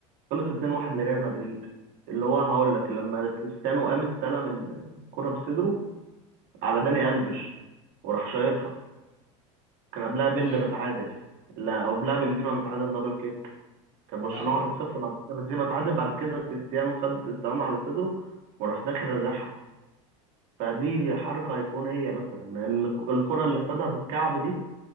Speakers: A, on the right; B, on the left.
A: خلص 2-1 لريال مدريد اللي هو هقول لك لما كريستيانو قام استلم الكرة بصدره على داني ألفيش وراح شايطها كان قبلها بيل
B: اه
A: متعادل لا قبلها بنزيما متعادل دبل كيك كان برشلونة
B: يا عم هو
A: 1-0 بعد كده بنزيما اتعادل بعد كده كريستيانو خد استلام على صدره وراح داخل رزعها فدي حركة أيقونية مثلا ال- الكرة اللي خدها بالكعب دي